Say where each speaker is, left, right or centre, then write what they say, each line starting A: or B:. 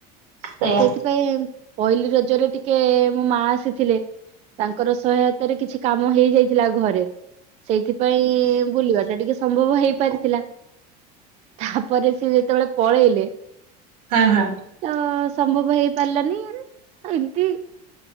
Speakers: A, on the right; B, on the right.
A: ସେଇଆ
B: ସେଇଥିପାଇଁ ପହିଲି ରଜରେ ଟିକେ ମୋ ମା ଆସିଥିଲେ। ତାଙ୍କର ସହାୟତାରେ କିଛି କାମ ହେଇ ଯାଇଥିଲା ଘରେ। ସେଇଥି ପାଇଁ ବୁଲିବା ଟା ଟିକେ ସମ୍ଭବ ହେଇ ପାରିଥିଲା। ତାପରେ ସେ ଯେତେବେଳେ ପଳେଇଲେ
A: ହଁ -ହଁ।
B: ତ ସମ୍ଭବ ହେଇ ପାରିଲାନି ଉଁ ଏମିତି